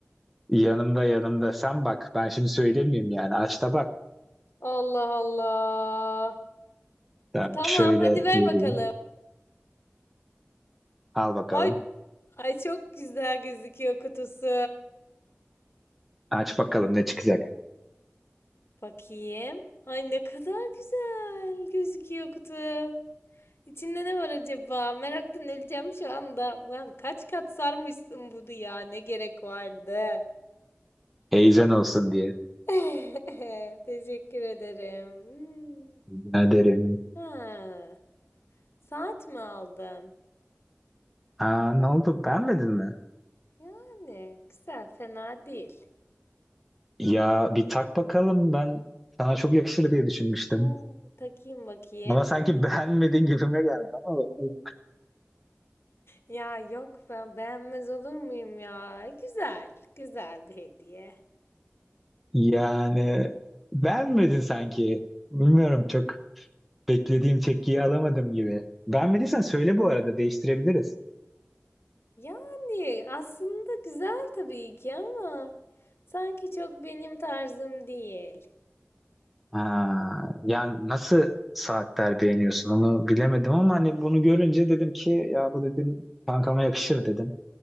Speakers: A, in the centre; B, on the left (about 60°).
A: yanımda yanımda sen bak ben şimdi söylemeyeyim yani aç da bak.
B: Allah Allah.
A: Ya
B: Tamam,
A: şöyle
B: hadi ver
A: vereyim.
B: bakalım.
A: Al bakalım.
B: Ay, ay çok güzel gözüküyor kutusu.
A: Aç bakalım ne çıkacak.
B: Bakayım. Ay ne kadar güzel gözüküyor kutu. İçinde ne var acaba? Meraktan öleceğim şu anda. Lan kaç kat sarmışsın bunu ya? Ne gerek vardı?
A: Heyecan olsun diye.
B: <laughs> Teşekkür ederim. Hmm.
A: Rica ederim.
B: Ha, saat mi aldın?
A: Aa, ne oldu? Beğenmedin mi?
B: Yani güzel, fena değil.
A: Ya bir tak bakalım ben sana çok yakışır diye düşünmüştüm.
B: Hmm, takayım bakayım.
A: Ama sanki <laughs> beğenmedin gibime geldi ama bakalım.
B: Ya yok ben beğenmez olur muyum ya? Güzel, güzel bir hediye.
A: yani beğenmedin sanki. Bilmiyorum çok beklediğim tepkiyi alamadım gibi. Beğenmediysen söyle bu arada değiştirebiliriz.
B: Yani aslında güzel tabii ki ama sanki çok benim tarzım değil.
A: Aa, yani nasıl saatler beğeniyorsun onu bilemedim ama hani bunu görünce dedim ki ya bu dedim kankama yakışır dedim.